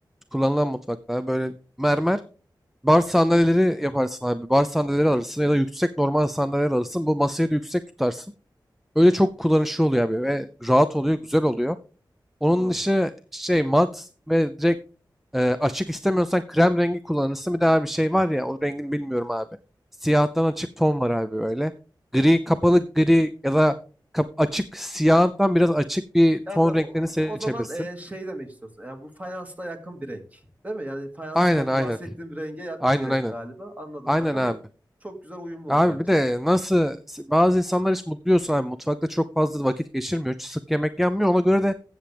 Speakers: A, in the centre; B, on the right.
A: kullanılan mutfakta böyle mermer bar sandalyeleri yaparsın abi. Bar sandalyeleri alırsın ya da yüksek normal sandalyeler alırsın. Bu masayı da yüksek tutarsın. Öyle
B: Hı
A: çok
B: hı.
A: kullanışlı oluyor abi ve rahat oluyor, güzel oluyor. Onun
B: Doğru.
A: dışı şey mat ve direkt e, açık istemiyorsan krem rengi kullanırsın. Bir daha bir şey var ya o rengini bilmiyorum abi. Siyahtan açık ton var abi böyle. Gri kapalı gri ya da kap- açık siyahtan biraz açık bir ton
B: Yani o,
A: renklerini seçebilirsin.
B: o zaman e, şey demek istiyorsun. Yani bu fayansla yakın bir renk. Değil mi? Yani fayansla
A: Aynen aynen.
B: bahsettiğim bir renge yakın
A: Aynen
B: bir renk
A: aynen.
B: galiba. Anladım
A: Aynen
B: kankam.
A: abi.
B: Ya çok güzel uyumlu olur
A: Abi
B: bence
A: bir de
B: de.
A: nasıl bazı insanlar hiç mutlu abi mutfakta çok fazla vakit geçirmiyor. hiç Sık yemek yenmiyor. Ona göre de